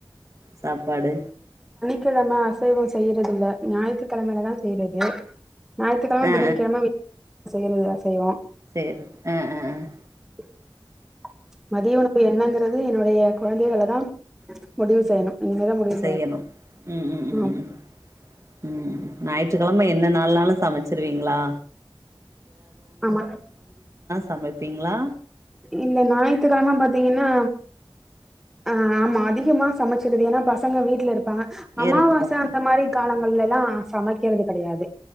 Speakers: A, on the right (about 35°); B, in the centre.
A: சாப்பாடு
B: க்கிழம அசைவ செய்யறது இல்ல ஞாயிற்றுக்கிழமையிலதா செய்றது ஞாயிற்றுக்கிழம
A: ஆ
B: புதன்கிழம வெ செய்றத செய்வோ
A: செரி ஆஹ் ஆஹ் ஆஹ்
B: <inaudible> மதிய உணவு என்னங் கது என்னுடைய குழந்தைகலதா முடிவு செய்யணு இனிமேதா முடிவு
A: செய்யணு உம் உம் உம்
B: ம்
A: உம் உம் ஞாயிற்றுக்கிலம என்ன நாள்னாலு சமச்சிருவீங்களா
B: ஆமா
A: சமைப்பீங்களா
B: இல்ல ஞாயித்துக்கிழம பாத்தீங்கன்னா ஆஹ் ஆமா அதிகமா சமைச்சிருவேனா பசங்க வீட்ல இருப்பாங்க அமாவாச
A: இருப்பாங்க
B: அந்த மாரி காலங்கள்ல தா சமைக்கிறது கெடையாது